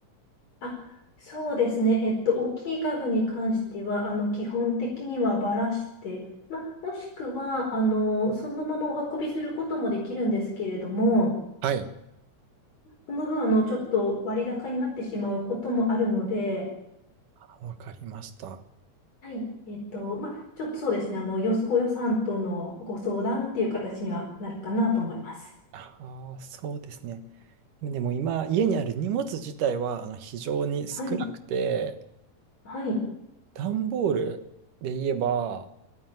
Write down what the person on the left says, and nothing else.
あ、そうですね。えっと、大きい家具に関しては、あの、基本的にはばらして、まあ、もしくは、あの、そのままお運びすることもできるんですけれども、
その分、あの、ちょっと割高になってしまうこともあるので、
はい。えっと、まあ、ちょっとそうですね。あの、よ、ご予算とのご相談っていう形にはなるかなと思います。
はい。はい。